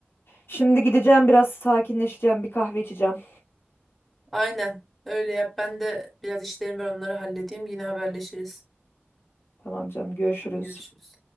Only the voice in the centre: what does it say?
Aynen. Öyle yap. Ben de biraz işlerim var onları halledeyim. Yine haberleşiriz.
Hadi görüşürüz.